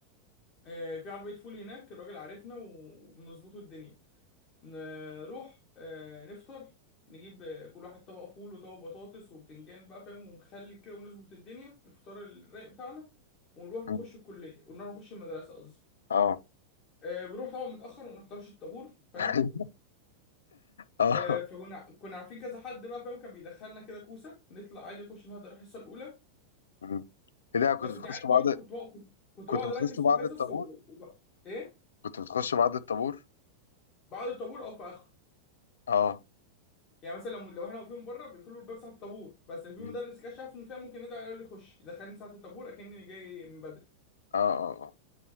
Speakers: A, on the left; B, on the left.
A: آه، في عربية فول هناك الراجل عارفنا وبنظبطه الدنيا نروح آه، نفطر نجيب آه، كل واحد طبق فول وطبق بطاطس وبتنجان بقى فاهم ومخلل كده ونظبط الدنيا الفطار الرايق بتاعنا ونروح نخش
B: مم.
A: الكلية ونروح نخش المدرسة قصدي
B: اه
A: آه، بنروح طبعا متأخر وما نحضرش الطابور فاهم
B: <laughs> اه
A: آه، فكنا كنا عارفين كذا حد بقى فاهم كان بيدخلنا كده كوسة نطلع عادي نخش نهدر الحصة الأولى
B: مم. كده كنت
A: بس
B: بتخش
A: أنت عارف
B: بعض
A: برضه كنت بقعد كنت
B: كنت
A: بقعد
B: بتخش
A: أركز في
B: بعض
A: الحصص
B: الطابور
A: و... و... وب- إيه
B: كنت بتخش بعض الطابور
A: بعد الطابور أو في آخره
B: اه
A: يعني مثلا لو لو احنا واقفين بره بيقفلوا الباب ساعه الطابور بس لو في
B: مم.
A: مدرس كده شاف ان فيها ممكن يدعي يقول لي خش يدخلني ساعه الطابور اكني جاي من بدري
B: اه اه